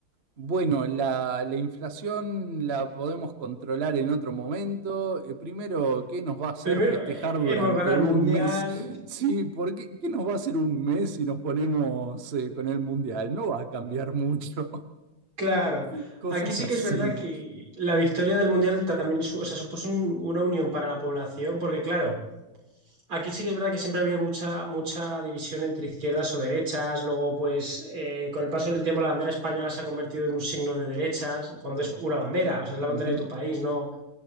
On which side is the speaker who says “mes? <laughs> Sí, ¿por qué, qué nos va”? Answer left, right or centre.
Right